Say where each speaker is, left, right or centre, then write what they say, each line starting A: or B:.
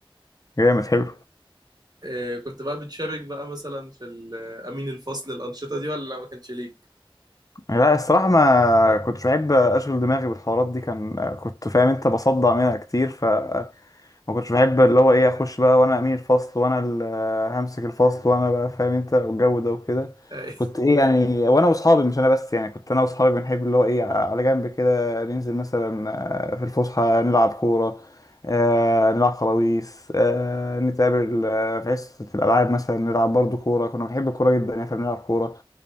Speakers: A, on the left; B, on the right.
A: جامد حلو
B: آه، كنت بقى بتشارك بقى مثلا في ال- آه، امين الفصل الانشطه دي ولا لا ما كانش ليك
A: لا الصراحة ما كنتش بحب اشغل دماغي بالحوارات دي كان كنت فاهم انت بصدع منها كتير ف ما كنتش بحب اللي هو ايه اخش بقى وانا امين الفصل وانا اللي همسك الفصل وانا بقى فاهم انت والجو ده وكده
B: آه،
A: كنت ايه يعني وانا واصحابي مش انا بس يعني كنت انا واصحابي بنحب اللي هو ايه على جنب كده ننزل مثلا آه، في الفسحه نلعب كوره آه، نلعب خلاويص آه، نتقابل آه، في حصه الالعاب مثلا نلعب برضو كوره كنا بنحب الكوره جدا يعني فبنلعب كوره